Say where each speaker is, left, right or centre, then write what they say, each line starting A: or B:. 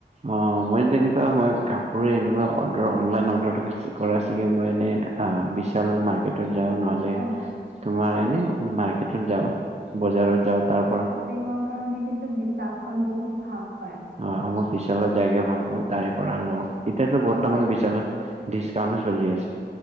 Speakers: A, on the right (about 40°); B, on the right (about 65°).
A: অ মই তেনেকুৱা মই কাপোৰে এনেকুৱা অৰ্ডাৰ অনলাইন অৰ্ডাৰটোকে <unintelligible> মই এনে অ', বিশাল মাৰ্কেটত যাওঁ, নহ'লে
B: অ
A: তোমাৰ এনেও মাৰ্কেটত যাওঁ, বজাৰত যাওঁ তাৰ পৰা।
B: পিঙৰ কাৰণে কিন্তু বিশালখন বহুত ভাল হয়।
A: অ' আমাৰ বিশালত জাইগে ভাল পাওঁ, তাৰে পৰা লওঁ এতিয়াাতো বৰ্তমান
B: অলপ
A: বিশালত ডিছকাউণ্টও চলি আছে।